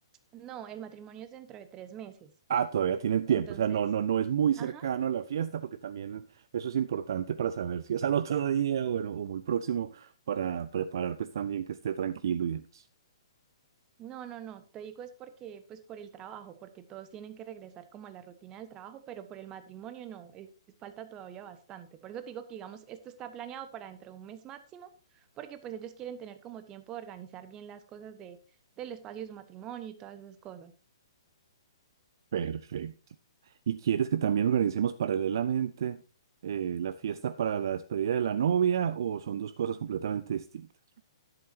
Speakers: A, on the right; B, on the right.
A: No, el matrimonio es dentro de tres meses.
B: Ah, todavía tienen tiempo,
A: Entonces,
B: o sea, no, no, no es muy cercano
A: ajá,
B: a la fiesta, porque también eso es importante para saber si es al otro día o, bueno, o muy próximo para preparar pues también que esté tranquilo y demás.
A: no, no, no, te digo es porque, pues por el trabajo, porque todos tienen que regresar como a la rutina del trabajo, pero por el matrimonio no, es, falta todavía bastante. Por eso te digo que, digamos, esto está planeado para dentro de un mes máximo, porque pues ellos quieren tener como tiempo de organizar bien las cosas de, del espacio de su matrimonio y todas esas cosas.
B: Perfecto. ¿Y quieres que también organicemos paralelamente eh, la fiesta para la despedida de la novia o son dos cosas completamente distintas?